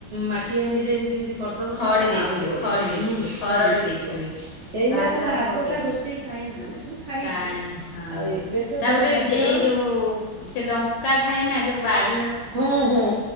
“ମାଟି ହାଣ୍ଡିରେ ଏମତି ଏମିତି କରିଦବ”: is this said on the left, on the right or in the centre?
Right